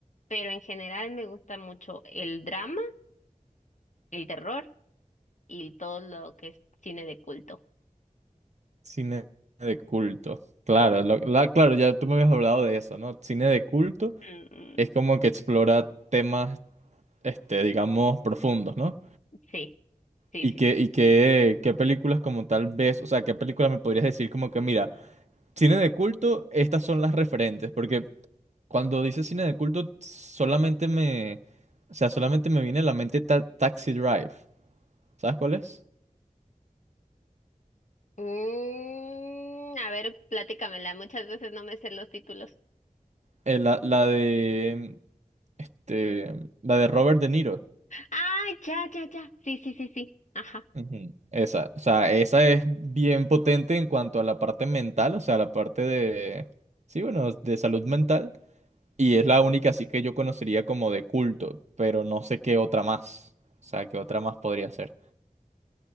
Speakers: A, on the left; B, on the right.
A: pero en general me gusta mucho el drama, el terror y todo lo que es cine de culto.
B: Cine de culto. Claro, lo- la- claro, ya tú me habías hablado de eso, ¿no? Cine de culto
A: Mm,
B: es como que explora temas este, digamos, profundos, ¿no?
A: sí, sí,
B: ¿Y
A: sí,
B: qué,
A: sí.
B: y qué, qué películas como tal ves? O sea, ¿qué películas me podrías decir como que, mira, cine de culto, estas son las referentes? Porque cuando dices cine de culto, solamente me, o sea, solamente me viene a la mente Ta- Taxi Drive. ¿Sabes cuál es?
A: Mm, a ver, platícamela. Muchas veces no me sé los títulos.
B: Eh, la, la de, este, la de Robert De Niro.
A: Ah, ya, ya, ya. Sí, sí, sí, sí. Ajá.
B: Ujú. Esa, o sea, esa es bien potente en cuanto a la parte mental, o sea, la parte de, sí, bueno, de salud mental. Y es la única así que yo conocería como de culto, pero no sé qué otra más. O sea, qué otra más podría ser.